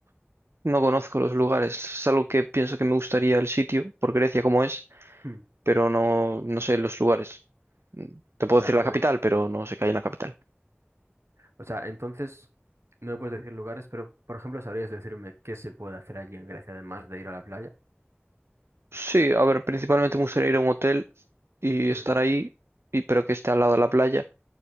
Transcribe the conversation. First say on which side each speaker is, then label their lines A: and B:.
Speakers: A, on the right; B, on the right.
A: no conozco los lugares. Es algo que pienso que me gustaría el sitio, por Grecia como es,
B: Hmm, o
A: pero no, no sé los lugares. Mm, Te puedo
B: sea,
A: decir
B: vale,
A: la capital, pero no sé qué hay en la capital.
B: o sea, entonces no me puedes decir lugares, pero, por ejemplo, ¿sabrías decirme qué se puede hacer allí en Grecia además de ir a la playa?
A: Sí, a ver, principalmente me gustaría ir a un hotel y estar
B: Mm,
A: ahí, y, pero que esté al lado de la playa.